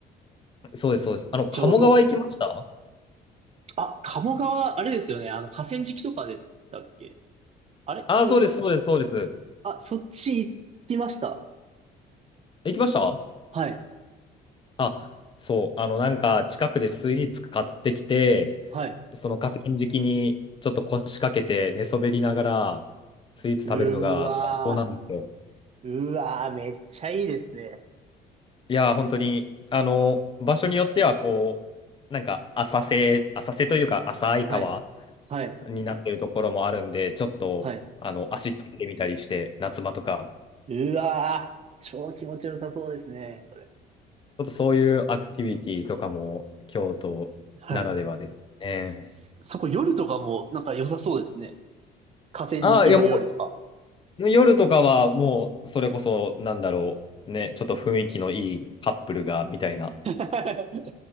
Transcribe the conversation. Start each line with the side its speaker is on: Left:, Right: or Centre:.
Left: そうです、そうです。あの、鴨川行きました
Right: 京都。あ、鴨川、あれですよね。あの、河川敷とかでしたっけあれそれ、
Left: ああ、そうです、そうです、そうです。
Right: あ、そっち行きました。
Left: 行きました
Right: はい、
Left: あ、そう、あの、なんか、近くでスイーツ買ってきて、
Right: はい。
Left: その河川敷にちょっと腰掛けて寝そべりながら、スイーツ食べるのが最高なんですよ。
Right: うーわー、うーわー、めっちゃいいですね。
Left: いやー、本当に、あの、場所によっては、こう、なんか、浅瀬、浅瀬というか、浅い川
Right: はい、はい、
Left: になってるところもあるんで、ちょっとあの足つけてみたりして、
Right: はい。
Left: 夏場とか、
Right: うわー、超気持ちよさそうですね、それ。
Left: ちょっとそういうアクティビティとかも京都ならではですね。
Right: はい。そそこ夜とかもなんか良さそうですね。河川敷の夜とか。
Left: ああ、いやもう夜とかはもうそれこそなんだろう、ね、ちょっと雰囲気のいいカップルがみたいな、
Right: <laughs> 確